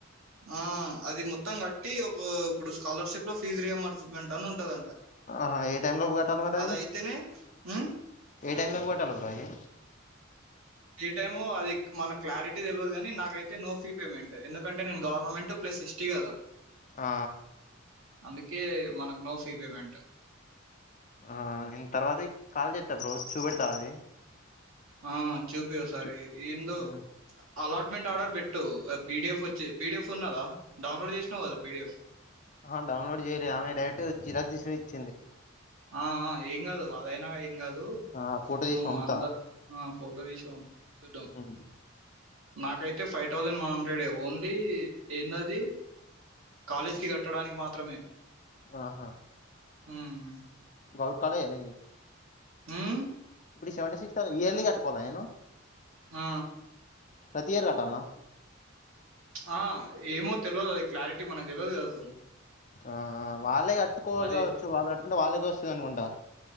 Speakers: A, on the right; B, on the left.
A: ఆ అది మొత్తం కట్టి ఒకా ఇప్పుడు స్కాలర్షిప్ లో ఫీజ్ రీయింబర్స్మెంట్ అని ఉంటదంట.
B: ఆహా, ఏ టైంలోపు కట్టాలి మరి
A: అదైతెనే
B: అది
A: హ్ము
B: ఏ టైంలోపు కట్టాల బ్రో అయి
A: ఏ టైమొ అది మనకు క్లారిటీ తెల్వదు గాని నాకైతే నో ఫీ పేమెంట్ ఎందుకంటే నేను గవర్నమెంట్ ప్లస్ ఎస్ టీ గదా
B: ఆ
A: అందుకే మనకు నో ఫీ పేమెంట్.
B: ఆ నేను తర్వాతిక్ కాల్ చేత్తా బ్రో చూపెడుతా అది.
A: ఆ చూపియి ఓ సారి
B: చూ-
A: ఏందో
B: ఉమ్,
A: అలాట్మెంట్ ఆర్డర్ పెట్టు పీడిఎఫ్ వచ్చి పీడిఎఫ్ ఉన్నదా డౌన్లోడ్ చేసినవు గదా పీడిఎఫ్.
B: అహా డౌన్లోడ్ చేయలే ఆమె డైరెక్టు జిరాక్స్ తీసే ఇచ్చింది.
A: ఆ ఆ ఏం గాదు అదైనా ఏం గాదూ
B: ఆ, ఫోటో తీసి
A: నువ్వు
B: పంపుతా
A: అందా ఆ ఫోటో తీశి పంప్ చూద్దాం
B: ఉమ్,
A: నాకైతే ఫై థౌజండ్ వన్ హండ్రెడే ఓన్లీ ఏందదీ. కాలేజ్ కి కట్టడానికి మాత్రమే
B: ఆహా
A: ఉమ్.
B: గౌట్ కాలేజే నీది
A: హ్ము
B: ఇప్పుడు ఈ సెవెంటీ సిక్స్ థౌస్ ఇయర్లీ కట్టుకోవాలా నేను
A: ఆ
B: ప్రతి ఇయర్ కట్టాల్నా
A: ఆ ఏమో తెల్వదు అది క్లారిటీ మనకు తెల్వదు గదా బ్రో
B: ఆ ఆ వాళ్ళే కట్టుకోవాలి
A: అది
B: గావచ్చు వాళ్ళు కట్టుకుంటే వాళ్ళేకే వస్తది అనుకుంటా.